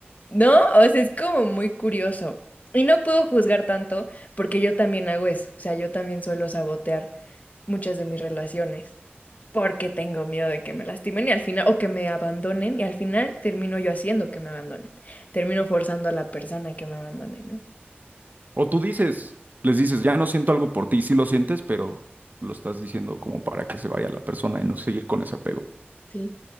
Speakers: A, on the left; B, on the right.
A: ¿no? O sea, es como muy curioso. Y no puedo juzgar tanto porque yo también hago eso, o sea, yo también suelo sabotear muchas de mis relaciones porque tengo miedo de que me lastimen y al final, o que me abandonen, y al final termino yo haciendo que me abandonen, termino forzando a la persona que me abandone, ¿no?
B: O tú dices, les dices, ya no siento algo por ti, sí lo sientes, pero lo estás diciendo como para que se vaya la persona y no seguir con ese apego.
A: Sí,